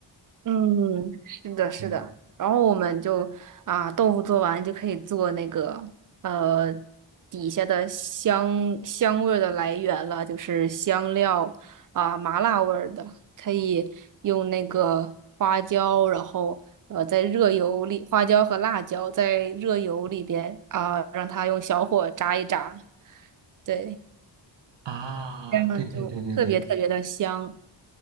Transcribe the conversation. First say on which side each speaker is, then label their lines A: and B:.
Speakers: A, on the right; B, on the right.
A: 嗯，是的，是的。
B: 对
A: 然后我们就啊，豆腐做完就可以做那个呃底下的香香味儿的来源了，就是香料啊，麻辣味儿的，可以用那个花椒，然后呃在热油里，花椒和辣椒在热油里边啊，让它用小火炸一炸，对。
B: 啊，
A: 嗯，
B: 对对对对对，
A: 就特别特别的香。